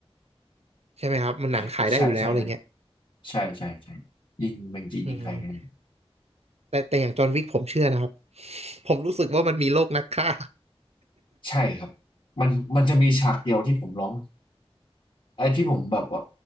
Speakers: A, on the right; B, on the left.
A: ใช่ไหมครับมันหนังขายได้อยู่แล้วอะไรเงี้ย
B: <laughs> ใช่ใช่ใช่ใช่ใช่ใช่ยิงเมงจีนยิงใครกัน
A: อืมแต่แต่อย่างจอห์นวิกผมเชื่อนะครับผมรู้สึกว่ามันมีโลกนักฆ่า
B: ใช่ครับมันมันจะมีฉากเดียวที่ผมร้องไอ้ที่ผมแบบว่า